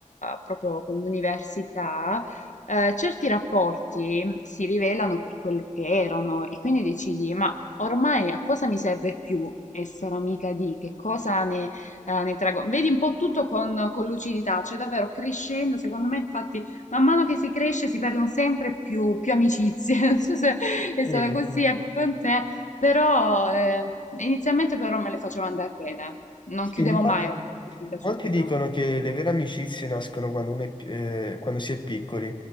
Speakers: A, on the left (about 65°); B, on the left (about 35°).
A: proprio con l'università, eh, certi rapporti si rivelano per quello che erano e quindi decidi, ma ormai a cosa mi serve più essere amica di, che cosa ne, eh, ne traggo? Vedi un po' tutto con, con lucidità, cioè davvero crescendo, secondo me infatti man mano che si cresce si perdono sempre più, più amicizie. <laughs> Non so se è
B: sì,
A: stata così
B: sì.
A: anche con te, però ehm, inizialmente però me le facevo andare bene. Non
B: Sì,
A: chiudevo
B: infatti...
A: mai i rapporti sin da subito.
B: Molti dicono che le vere amicizie nascono quando, uno è pi- eh, quando si è piccoli,